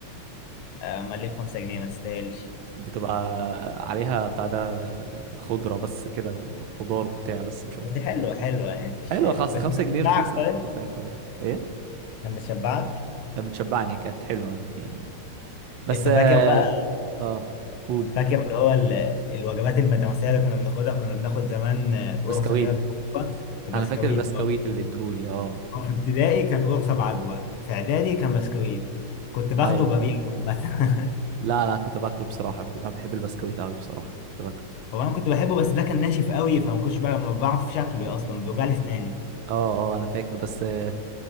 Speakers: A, on the left (about 80°); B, on the right (about 75°).
A: آه، امال ليه ب 5 جنيه ما تستاهلش
B: بتبقى عليها بتاع ده خضرة بس كده وخضار وبتاع بس مش أكتر
A: بس حلوه حلوه يعني مش
B: حلوة خاصة
A: بس
B: خمسة
A: بتشبعك
B: جنيه رخيصة
A: طيب
B: على فكرة ساعتها برضه ايه
A: كان بتشبعك
B: كانت بتشبعني كانت حلوة يعني بس
A: انت
B: اه
A: فاكر بقى
B: آه، قول
A: فاكر اللي هو ال- الوجبات المدرسية اللي كنا بناخدها كنا بناخد زمان آه، قرصة
B: بسكويت
A: كده بالعجوة وبسكويت
B: انا فاكر البسكويت
A: اه
B: اللي بيديهولي اه
A: هو في ابتدائي كان قرصة بعجوة في إعدادي كان بسكويت كنت باخده
B: ايوه
A: وببيعه عامة
B: لا انا كنت باكله بصراحة بخ- انا بحب البسكويت قوي بصراحة كنت باكله
A: <laughs> هو أنا كنت بحبه بس ده كان ناشف قوي فما كنتش بقى ما بعرف شكله أصلا بيوجع لي أسناني
B: اه اه انا فاكر بس آه